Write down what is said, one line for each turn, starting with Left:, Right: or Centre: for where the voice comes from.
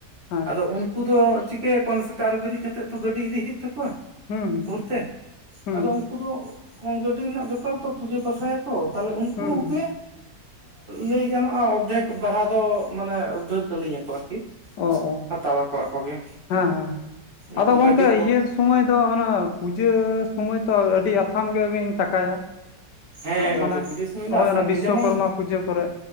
Left: ᱦᱮᱸ
Right: ᱟᱫᱚ ᱩᱱ, ᱩᱱᱠᱩ ᱫᱚ ᱪᱤᱠᱟᱹᱭᱟ ᱠᱚ ᱥᱮᱛᱟᱜ ᱨᱮ ᱵᱮᱨᱮᱫ ᱠᱟᱛᱮᱫ ᱛᱚ ᱜᱟᱹᱰᱤ ᱤᱫᱤ ᱦᱩᱭᱩᱜ ᱛᱟᱠᱚᱣᱟ ᱾
Left: ᱦᱩᱸ
Right: ᱵᱷᱳᱨ ᱛᱮ
Left: ᱦᱩᱸ
Right: ᱟᱫᱚ ᱩᱱᱠᱩ ᱫᱚ ᱜᱟᱹᱰᱤ ᱨᱮᱱᱟᱜ ᱵᱮᱯᱟᱨ ᱫᱚ ᱯᱩᱡᱟᱹ ᱯᱟᱥᱟᱭᱟ ᱛᱚ ᱛᱟᱦᱮᱞᱮ ᱩᱱᱠᱩ
Left: ᱦᱩᱸ ᱦᱩᱸ
Right: ᱜᱮ, ᱞᱟᱹᱭ ᱜᱟᱱᱚᱜᱼᱟ ᱚᱨᱫᱷᱮᱠ ᱵᱟᱦᱟ ᱫᱚ ᱢᱟᱱᱮ ᱩᱫᱽᱫᱷᱟᱹᱨ ᱠᱟᱹᱞᱤᱧᱟᱠᱚ ᱟᱨᱠᱤ,
Left: ᱚ ᱚ
Right: ᱦᱟᱛᱟᱣᱟᱠᱚ ᱟᱠᱚ ᱜᱮ
Left: ᱦᱮᱸ ᱦᱮᱸ,
Right: ᱩᱱᱠᱩ
Left: ᱟᱫᱚ ᱜᱚᱢᱠᱮ
Right: ᱜᱟᱹᱰᱤ ᱠᱚ
Left: ᱤᱭᱟᱹ ᱥᱚᱢᱚᱭ ᱫᱚ ᱚᱱᱟ ᱯᱩᱡᱟᱹ ᱥᱚᱢᱚᱭ ᱛᱚ ᱟᱹᱰᱤ ᱟᱛᱷᱟᱢ ᱜᱮᱵᱤᱱ ᱴᱟᱠᱟᱭᱟ ᱾
Right: ᱦᱮᱸ ᱜᱚᱝᱠᱮ
Left: ᱢᱟᱱᱮ
Right: ᱯᱩᱡᱟᱹ ᱥᱩᱢᱚᱭ
Left: ᱦᱚᱸᱜᱼᱚᱭ
Right: ᱫᱚ ᱟᱥᱟᱱ
Left: ᱚᱱᱟ ᱵᱤᱥᱥᱚᱠᱚᱨᱢᱟ
Right: ᱜᱮ ᱡᱮᱢᱚᱱ
Left: ᱯᱩᱡᱟᱹ ᱠᱚᱨᱮ,